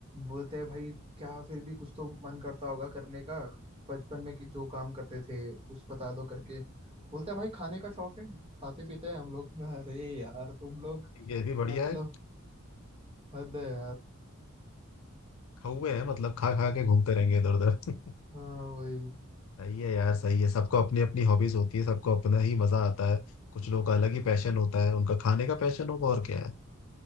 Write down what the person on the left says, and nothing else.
ये भी बढ़िया
है
हुए हैं मतलब खा खा के घूमते रहेंगे इधर उधर
<laughs> सही है यार सही है सबको अपनी अपनी हॉबीज होती है सबको अपना ही मजा आता है कुछ लोगों का अलग ही पैशन होता है उनका खाने का पैशन होगा और क्या है